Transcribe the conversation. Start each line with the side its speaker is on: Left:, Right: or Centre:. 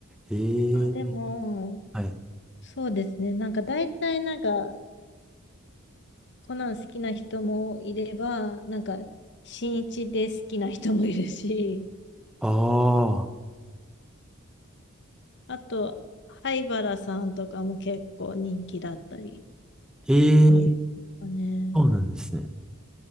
Centre: え
Left: あ、
Centre: えー
Left: でも、
Centre: はい。
Left: そうですね。なんか大体なんかコナン好きな人もいれば、なんか新一で好きな人もいるし、
Centre: ああ、
Left: あと灰原さんとかも結構人気だったりっ
Centre: ええー
Left: て感じかね。
Centre: そうなんですね。